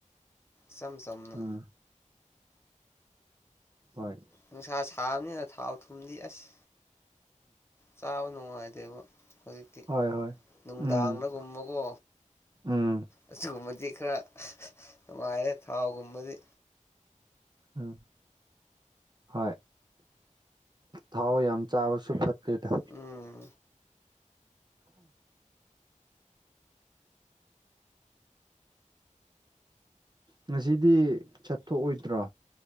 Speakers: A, on the left; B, on the right.
A: ꯁꯝ ꯁꯝꯅ
B: ꯎꯝ ꯍꯣꯏ
A: ꯅꯨꯡꯁꯥ ꯁꯥꯕꯅꯤꯅ ꯊꯥꯎ ꯊꯨꯝꯗꯤ ꯑꯁ ꯆꯥꯕ ꯅꯨꯡꯉꯥꯏꯇꯦꯕ ꯍꯧꯖꯤꯛꯇꯤ
B: ꯍꯣꯏ ꯍꯣꯏ
A: ꯅꯨꯡꯗꯥꯡꯗꯒꯨꯝꯕꯀꯣ
B: ꯎꯝ ꯎꯝ
A: ꯑꯁꯤꯒꯨꯝꯕꯗꯤ ꯈꯔ ꯅꯨꯡꯉꯥꯏꯔꯦ ꯊꯥꯎꯒꯨꯝꯕꯗꯤ
B: ꯎꯝ ꯍꯣꯏ ꯊꯥꯎ ꯌꯥꯝ ꯆꯥꯕꯁꯨ ꯐꯠꯇꯦ ꯦꯇ
A: ꯎꯝ
B: ꯉꯁꯤꯗꯤ ꯆꯠꯊꯣꯛꯑꯣꯏꯗ꯭ꯔꯣ